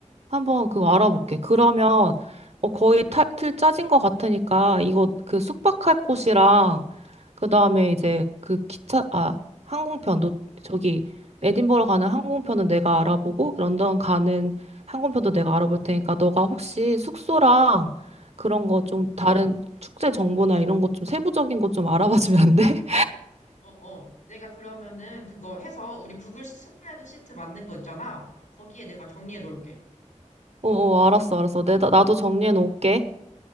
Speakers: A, on the right (about 55°); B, on the left (about 80°).
A: 한번 그거 알아볼게. 그러면 어, 거의
B: 응,
A: 탈, 틀 짜진 것 같으니까 이거 그 숙박할 곳이랑 그 다음에
B: 응,
A: 이제 그 기차 아 항공편 너 저기 에딘버러 가는 항공편은 내가 알아보고 런던 가는 항공편도 내가 알아볼 테니까 너가 혹시 숙소랑 그런 거 좀
B: 응.
A: 다른 축제 정보나 이런 것 좀 세부적인 것 좀 알아봐 주면 안 돼? <laughs>
B: 어, 어. 내가 그러면은 그거 해서 우리 구글 스프레드 시트 만든 거 있잖아. 거기에 내가 정리해 놓을게.
A: 어, 어 알았어 알았어. 내 나도 정리해 놓을게.